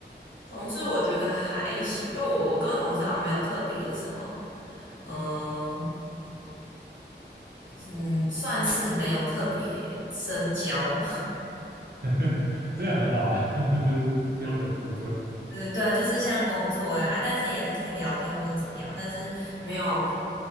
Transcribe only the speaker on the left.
同事我觉得还行，因为我我跟同事好像没有特别什么，嗯嗯，算是没有特别深交，
<laughs> 嗯，对啊，就是像工作呀啊，但是也是可以聊天或者怎么样，但是没有